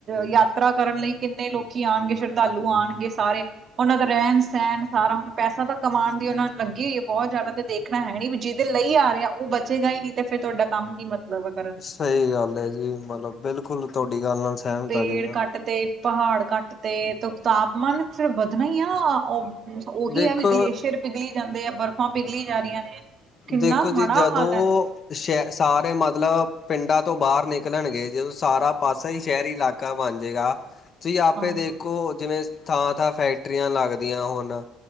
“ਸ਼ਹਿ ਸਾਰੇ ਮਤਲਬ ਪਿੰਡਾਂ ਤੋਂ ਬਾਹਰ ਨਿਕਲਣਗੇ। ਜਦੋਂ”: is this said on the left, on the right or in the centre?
Left